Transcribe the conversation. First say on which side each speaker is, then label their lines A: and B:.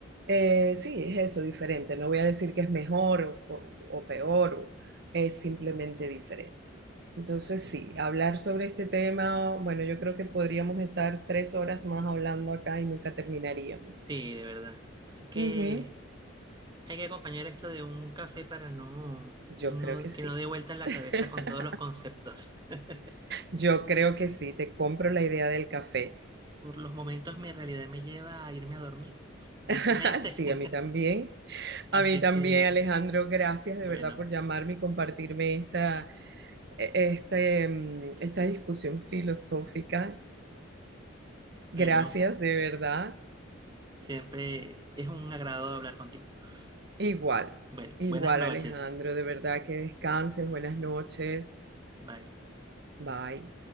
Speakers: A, on the right (about 55°); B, on the right (about 20°).
A: eh, sí, es eso, diferente. No voy a decir que es mejor o, o- o peor, o- es simplemente diferente. Entonces, sí, hablar sobre este tema, bueno, yo creo que podríamos estar tres horas más hablando acá y nunca terminaríamos.
B: sí, de verdad. Hay que,
A: Ujú,
B: hay que acompañar esto de un café para no,
A: Yo
B: no,
A: creo que
B: que
A: sí.
B: no dé vueltas la
A: <laughs>
B: cabeza con todos los conceptos. <laughs>
A: Yo creo que sí, te compro la idea del café.
B: Por los momentos mi realidad me lleva a irme a dormir, <laughs> tristemente.
A: <laughs> Sí,
B: <laughs>
A: a mí también.
B: Así
A: A mí también,
B: que,
A: Alejandro, gracias de
B: bueno,
A: verdad por llamarme y compartirme esta, e- este, mm, esta discusión filosófica. Gracias,
B: bueno,
A: de verdad.
B: siempre es un agrado hablar contigo.
A: Igual,
B: <laughs> Bueno,
A: igual,
B: buenas noches.
A: Alejandro, de verdad que descanses, buenas noches.
B: Bye.
A: Bye.